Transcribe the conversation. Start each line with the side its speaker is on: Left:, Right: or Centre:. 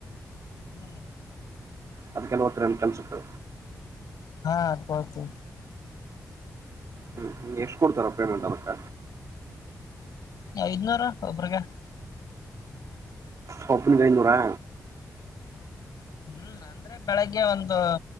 Left: ಹ್ಮ
Right: ಅದಕ್ಕೆಲ್ಲ ಒತ್ತರ ರಮಿಟಮಸ್ ಸಿಕ್ಕು
Left: ಹಾ ಕಡ್ತ
Right: ಹ್ಮ್ ಎಷ್ಟ್ ಕೊಡ್ತಾರ ಪೇಮೆಂಟ್ ಅದಕ್ಕ?
Left: ಐದ್ನೂರ ಒಬ್ಬರಿಗೆ
Right: ಸೊಪ್ನ ಐದನೂರಾ?
Left: ಹ್ಮ್ ಅಂದ್ರೆ ಬೆಳಗ್ಗೆ ಒಂದು